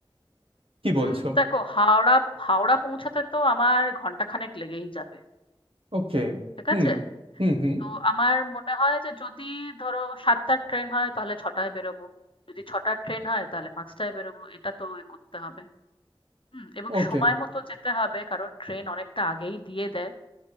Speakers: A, on the right (about 75°); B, on the left (about 65°).
A: কি বলছো
B: উম দেখো হাওড়া হাওড়া পৌঁছাতে তো আমার ঘন্টাখানেক লেগেই যাবে
A: ওকে
B: ঠিক
A: হুম
B: আছে
A: হুম হুম
B: তো আমার মনে হয় যে যদি ধরো সাতটার ট্রেন হয় তাহলে ছটায় বেরোবো যদি ছটার ট্রেন হয় তাহলে পাঁচটায় বেরোবো এটা তো এ করতে হবে হুম এবং
A: ওকে
B: সময় মতো যেতে হবে কারণ ট্রেন অনেকটা আগেই দিয়ে দেয়